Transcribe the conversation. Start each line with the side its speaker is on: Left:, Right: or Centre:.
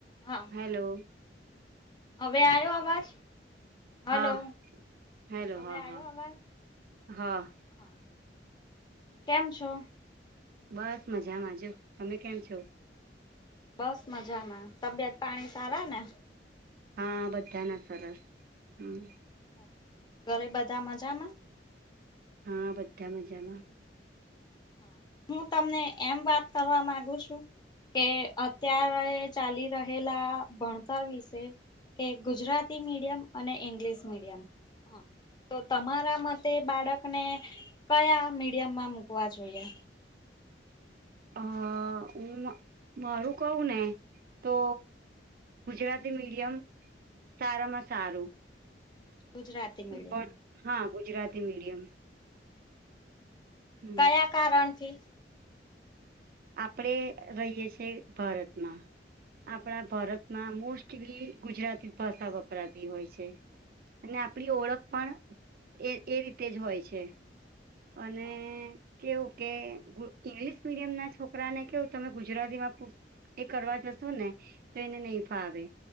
Left: હા
Right: હલો.
Left: હવે આવ્યો અવાજ. હલો,
Right: હા હેલો
Left: હવે
Right: હા
Left: આવ્યો
Right: હા
Left: અવાજ?
Right: હા
Left: હા કેમ છો?
Right: બસ મજામાંજો તમે કેમ છો?
Left: બસ મજામાં, તબિયત પાણી સારા ને?
Right: હા બધાના સરસ હમ.
Left: ઓ ઘરે બધા મજામાં?
Right: હા બધા મજામાં.
Left: હા. હું તમને એમ વાત કરવા માંગુ છું. કે અત્યારે ચાલી રહેલા ભણતર વિશે. કે ગુજરાતી મીડિયમ અને ઇંગ્લિશ મીડિયમ. તો તમારા મતે બાળકને, કયા મીડિયમમાં મુૂકવા જોઈએ.
Right: હ હું મારું કઉ ને. તો ગુજરાતી મીડિયમ સારામાં સારું.
Left: ગુજરાતી મીડિયમ.
Right: પણ હા ગુજરાતી મીડિયમ. હમ
Left: કયા કારણથી?
Right: આપણેે રહીએ છીએ ભારતમાં. આપણા ભારતમાં મોસ્ટલી ગુજરાતી જ ભાષા વપરાતી હોય છે
Left: હા
Right: અને આપડી ઓળખ પણ એ એ રીતે જ હોય છે અને
Left: હા
Right: કેવું કે ઈંગ્લિશ મીડિયમ ના છોકરા ને કેવું તમે ગુજરાતીમાં પૂ એ કરવા જશો ને તો એને નહી ફાવે